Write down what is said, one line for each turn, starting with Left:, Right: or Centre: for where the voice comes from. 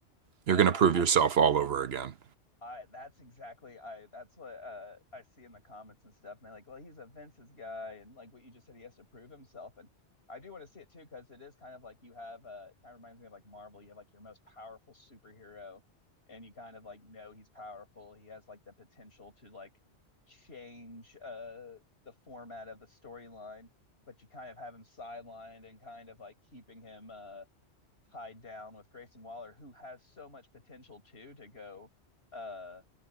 Left: that.
Right: You're going to
Left: I
Right: prove yourself all over again.
Left: I that's exactly I that's what uh I see in the comments and stuff. And they're like, well, he's a Vince's guy, and like what you just said, he has to prove himself. And I do want to see it too, because it is kind of like you have uh kind of reminds me of like Marvel. You have like your most powerful superhero, and you kind of like know he's powerful. He has like the potential to like change uh the format of the storyline, but you kind of have him sidelined and kind of like keeping him uh tied down with Grayson Waller, who has so much potential too to go uh